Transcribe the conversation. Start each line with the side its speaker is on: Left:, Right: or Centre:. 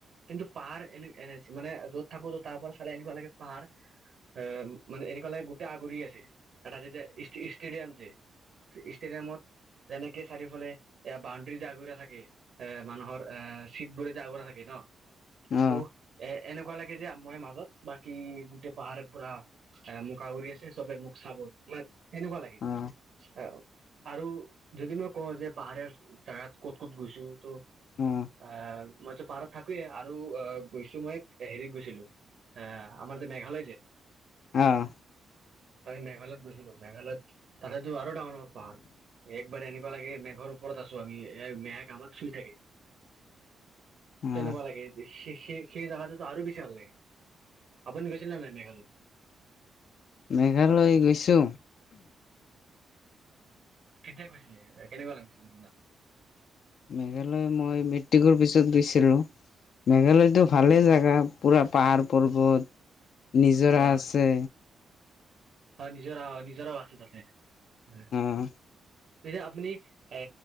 Right: কিন্তু পাহাৰ এনে মানে য'ত থাকো তাৰ পৰা চালে এনেকুৱা লাগে পাহাৰ। এ মানে এনেকুৱা লাগে গোটেই আগুৰি আছে এটা আ যেতিয়া ষ্টেডিয়াম যে। ইছট্ৰেডিয়ামত। যেনেকে চাৰিওফালে এ বাউণ্ডৰী যে আগৰা থাকে এ মানুহৰ এ চিট বোৰে যে আগা থাকে ন।
Left: অ
Right: ত' এ এনেকুৱা লাগে যে মই মাজত বাকী। গোটেই পাহাৰে পুৰা মোক আগোৰি আছে সবে মুখ চাবত মানে। তেনেকুৱা লাগে
Left: অ
Right: অ আৰু। যদি মই কওঁ যে পাহাৰীয়া জাগাত ক'ত ক'ত গৈছো ত'
Left: অ
Right: আহ। মইতো পাৰত থাকোয়ে আৰু অ গৈছো মই হেৰিত গৈছিলো। আহ আমাৰ যে মেঘালয় যে।
Left: অহ।
Right: ত মেঘালয়ত গৈছিলো মেঘালয়ত তাতেতো আৰু ডাঙৰ ডাঙৰ পাহাৰ। বাৰ এনেকুৱা লাগে মেঘৰ ওপৰত আছো আমি এই মেঘ আমাক চুই থাকে।
Left: অ
Right: তেনেকুৱা লাগে যে। সেই সেই জেগাটোতো আৰু বেছি ভাল লাগে আপুনি গৈছিলে ন নাই মেঘালয়।
Left: মেঘালয় গৈছো।
Right: কেতিয়া কৈছিলে কেনেকুৱা লাগিছিল আপোনাক।
Left: মেঘালয় মই মেট্ৰিকৰ পিছত গৈছিলো। মেঘালয়তো ভালে জাগা পুৰা পাহাৰ পৰ্বত। নিজৰা
Right: হয়
Left: আছে।
Right: হয় নিজৰ নিজৰও আছে তাতে হয়।
Left: অ
Right: পয়া আপুনি এ